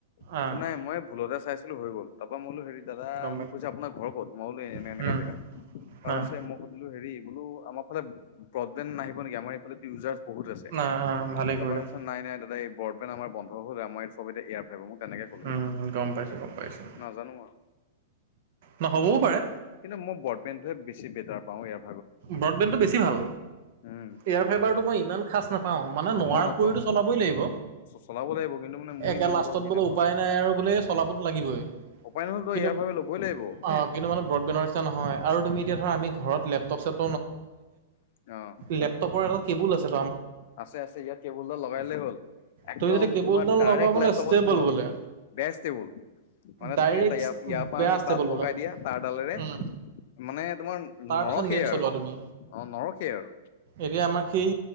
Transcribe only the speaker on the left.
পাছত
নাই মই ভুলতে চাইছিলো হৈ গ'ল। তাৰ পৰা মইলো হেৰি দাদা
মোক কৈছে আপোনাৰ ঘৰ ক'ত? মই বোলো এনে
এনেকা জেগাত। তাৰ
মই সুধিলো হেৰি বোলো আমাৰ ফালে প্ৰব্লেম নাহিব নেকি আমাৰ ইজাৰছ বহুত আছে
তাৰ
পৰা কৈছ নাই নাই দাদা এই ব আমাৰ বন্ধ হ'ল আমাৰ ইয়ত চ'ব এয়াৰা মোক তেনেকে কলে
নাজানো আৰু।
কিন্ত
কিন্তু মই ব্ৰডবেনটোহে বেছি বেটাৰ পাওঁ ইয়াৰ
উম
ময়ো নাপাওঁ
চলাব লাগিব কিন্তু মানে মই
ইমান
বৰ হেৰি
নাপাওঁ
উপায় নহ'ল তই
এয়াৰ ফাইবাৰ ল'বই লাগিব
অ
আছে আছে ইয়াত কেবুলডাল লগাইলেই হ'ল। একদম
তোমাৰ ডাইৰেক্ট
লেপটপত
সোমাব।
বেজ টেবুল মানে
তুমিয় ইয়াৰ পৰা
আনি
তাত
লগাই দিয়া তাৰ ডালেৰে।
মানে তোমাৰ
নৰসে
আৰু
অ' নৰসে আৰু।